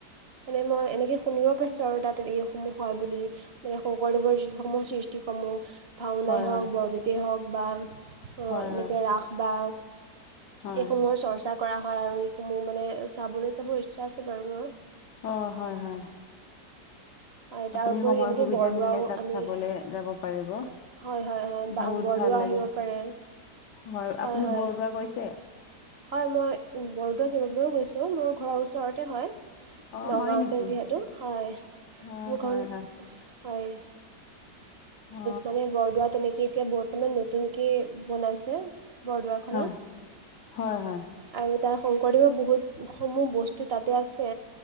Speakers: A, on the right; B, on the left.
A: মানে মই এনেকে শুনিব পাইছোঁ আৰু তাত এইসমূহ হয় বুলি মানে শংকৰদেৱৰ যিসমূহ সৃষ্টিসমূহ। ভাওনাই
B: হয়
A: হওঁক
B: হয়
A: বৰগীতেই হওক বা অ
B: হয়
A: এনেকে
B: হয়
A: ৰাস বা
B: হয়
A: এইসমূহৰ চৰ্চা কৰা হয় আৰু এইসমূহ মানে চাবলৈ চাবৰ ইচ্ছা আছে বাৰু মোৰ।
B: অ', হয়- হয়।
A: হয় তাৰোপৰি
B: আপুনি সময়
A: এনেকে
B: সুবিধা
A: বৰদোৱাও
B: মিলিলে তাত
A: আমি
B: চাবলে যাব পাৰিব
A: হয় হয়-হয় বা
B: বহুত
A: বৰদোৱা
B: ভাল লাগে
A: আহিব পাৰে
B: হয়
A: হয়-হয়।
B: আপুনি বৰদোৱা গৈছে
A: হয় মই বৰদোৱা কেইবাবাৰো গৈছো মোৰ ঘৰৰ ওচৰত ওচৰতে হয়
B: অ
A: নগাঁৱতে
B: হয় নেকি
A: যিহেতু হয়।
B: অ
A: মোৰ ঘৰ
B: হয় হয়
A: হয়।
B: অ
A: মানে বৰদোৱা তেনেকে এতিয়া বৰ্তমান নতুনকে বনাইছে। বৰদোৱাখনত
B: হয় হয় হয়
A: আৰু তা শংকৰদেৱে বহুতসমূহ বস্তু তাতে আছে,